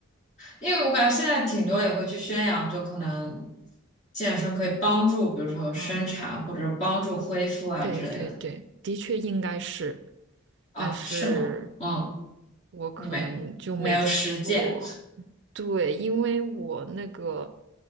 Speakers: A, on the left; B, on the right.
A: 因为我感觉现在挺多也会去宣扬，就可能健身可以帮助，比如说生产或者帮助恢复啊之类的
B: 嗯，对对对，的确应该是，
A: 啊，
B: 但是
A: 是吗？嗯，
B: 我可能就没这么做。
A: 你没没有实践，
B: 对，因为我那个